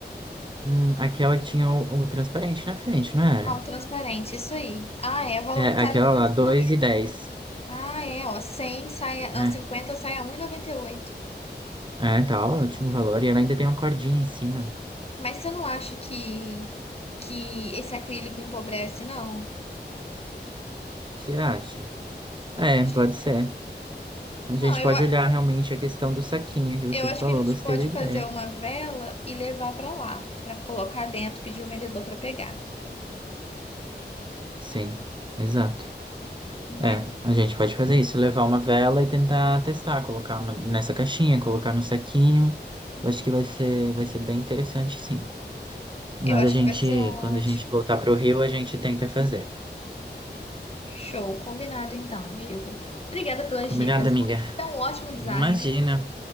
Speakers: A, on the right; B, on the left.
A: Hum, aquela que tinha o, o transparente na frente, não era?
B: Uau, transparente, isso aí. Ah, é, o voluntário
A: É, aquela
B: é 2,40.
A: lá, dois e dez
B: Ah, é, ó, 100 sai, a- não,
A: É,
B: 50 sai a um e noventa e oito
A: é, tá ótimo o valor. E ela ainda tem uma cordinha em cima.
B: Mas você não acha que, que esse acrílico empobrece, não?
A: Você acha? É,
B: Acho
A: pode
B: que-
A: ser. A gente
B: Não, eu,
A: pode
B: a-
A: olhar realmente a questão do saquinho que você
B: eu acho
A: falou.
B: que a gente
A: Gostei
B: pode
A: da ideia.
B: fazer uma vela e levar pra lá, pra colocar dentro, pedir o vendedor pra pegar,
A: Sim, exato.
B: né?
A: É, a gente pode fazer isso, levar uma vela e tentar testar, colocar no- nessa caixinha, colocar no saquinho.
B: Uhum.
A: Eu acho que vai ser, vai ser bem interessante, sim. Mas
B: Eu acho
A: a gente,
B: que vai ser ótimo.
A: quando a gente voltar pro Rio, a gente tenta fazer.
B: Show, combinado então, amigo. Obrigada pelas
A: Combinado,
B: dicas.
A: amiga?
B: tá? Você é um ótimo designer.
A: Imagina.